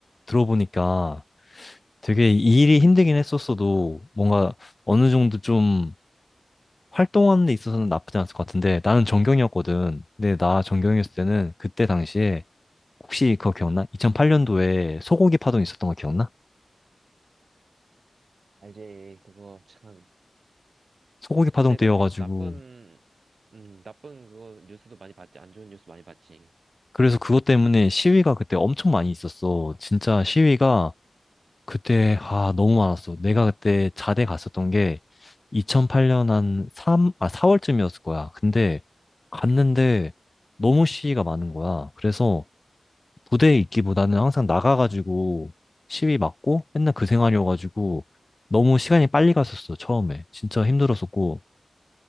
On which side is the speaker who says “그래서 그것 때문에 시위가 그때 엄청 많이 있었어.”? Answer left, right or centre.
Left